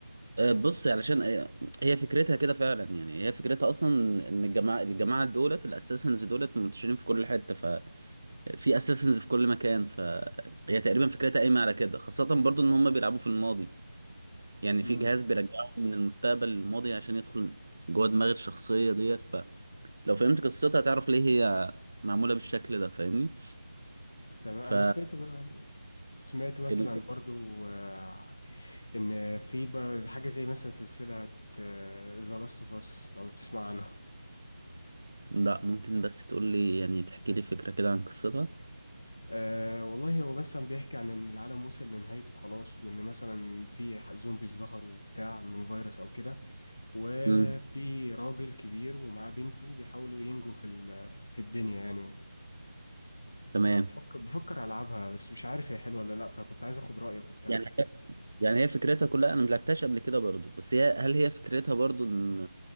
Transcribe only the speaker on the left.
امم
تمام
انا سمعت بقى سمعت مثلا
برضو آه ان في بقى حاجه زي مثلا سلسله ذا لاست اوف اس لو تسمع عنها
أه والله هو بس عم بيحكي عن إن العالم وصل لنهايته خلاص وإن مثلا في ح- زومبيز ظهروا وبتاع من فيروس أو كده وفي
راجل كبير ومعاه بنته بيحاولوا ينجوا في ال- في الدنيا يعني
فبفكر بفكر ألعبها بس مش عارف هي حلوة ولا لأ فكنت عايز أخد رأيك وبتاع